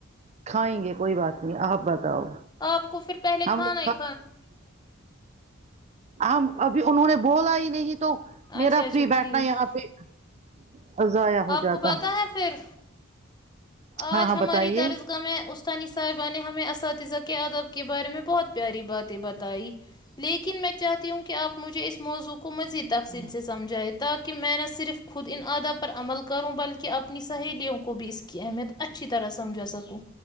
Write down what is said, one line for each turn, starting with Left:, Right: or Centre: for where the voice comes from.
Right: کھائیں گے کوئی بات نہیں آپ بتاؤ
Left: آپ کو پھر پہلے
Right: ہم
Left: کھانا
Right: لوگ
Left: ایک
Right: ہم ابھی انہوں نے بولا ہی نہیں تو
Left: اچھا
Right: میرا
Left: اچھا
Right: فری بیٹھنا
Left: ٹھیک
Right: یہاں پہ ضائع ہو
Left: آپ
Right: جاتا
Left: کو پتا ہے پھر
Right: ہاں
Left: آج
Right: ہاں
Left: ہماری
Right: بتائیے
Left: درسگاہ میں اس استانی صاحبہ نے ہمیں اساتذہ کے آدب کے بارے میں بہت پیاری باتیں بتائی لیکن میں چاہتی ہوں کہ آپ مجھے اس موضوع کو مزید تفصیل سے سمجھائیں تاکہ میں نہ صرف خود ان آدب عمل کروں بلکہ اپنی سہیلیوں کو بھی اس کی اہمیت اچھی طرح سمجھا سکوں